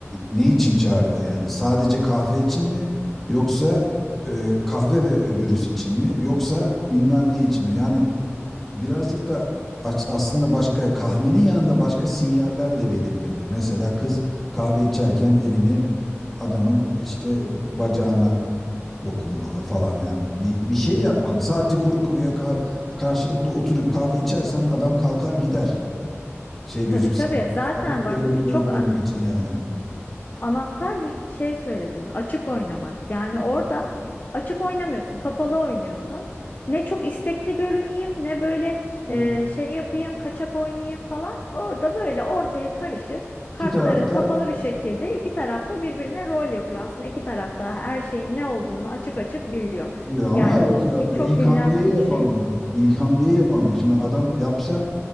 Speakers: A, in the centre; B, on the left.
A: ne için çağırdı yani sadece kahve için mi yoksa e, kahve ve öbürüz için mi yoksa bilmem ne için mi yani birazcık da aç- aslında başka kahvenin yanında başka sinyaller de verilmeli mesela kız kahve içerken elini adamın işte bacağına dokunmalı falan. Yani bir, bir şey yapmalı. Sadece kuru kuruya kah- karşılıklı oturup kahve içersen adam kalkar gider. Şey gözük
B: Tabii tabii.
A: sapık,
B: Zaten
A: sapık
B: bak
A: gö- görükmemek
B: çok a-
A: için yani.
B: anahtar bir şey söyledin. Açık oynamak. Yani orada açık oynamıyorsun, kapalı oynuyorsun. Ne çok istekli görüneyim, ne böyle
A: Evet.
B: e, şey yapayım, kaçak oynayayım falan. Orada böyle ortaya karışık, kartların
A: İki tarafta
B: kapalı bir şekilde iki tarafta birbirine rol yapıyor. Aslında iki tarafta her şeyin ne olduğunu açık açık biliyor.
A: diyor ama
B: Yani bu
A: ya,
B: bir çok
A: ilk
B: bilinen
A: hamleyi
B: bir
A: yapamıyor.
B: şey.
A: İlk hamleyi yapamıyor. Şimdi adam yapsa